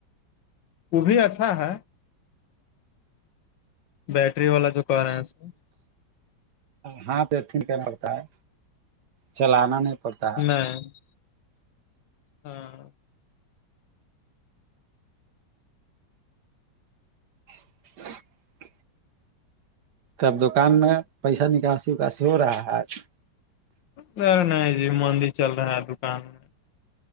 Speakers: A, on the left; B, on the right.
A: وہ بھی اچھا ہے بیٹری والا جو کار ہے اس میں
B: ہاں پتن کہنا ہوتا ہے چلانا نہیں پڑتا ہے
A: نہیں <inaudible> ہاں
B: <inaudible> ت اب دکان میں پیسہ نکاسی اکاسی ہو رہا ہے <inaudible>
A: نہیں نہیں جی مندی چل رہا ہے دکان میں